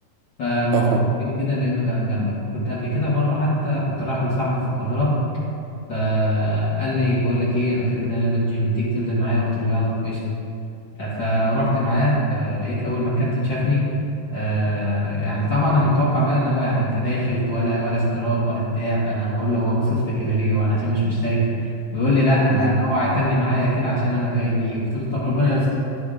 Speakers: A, on the left; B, on the right.
A: فالموضوع
B: اه فاهم
A: كان جميل جدا لانه كان جنبك كنت قبل كده مره حتى كنت رايح لصاحبي في القاهره فقال لي بقول لك ايه انا كده كده نازل جيم تيجي تنزل معايا قلت له يلا قشطه فرحت معاه فلقيت اول ما الكابتن شافني آه يعني طبعا انا متوقع بقى ان هو يعني انت داخل ولا ولا اشتراك ولا بتاع فانا بقول له هو باصص لي كده ليه وانا عشان مش مشترك بيقول لي لا ده
B: مم.
A: هو هيتن معايا كده عشان انا في اي بي قلت له طب ربنا يستر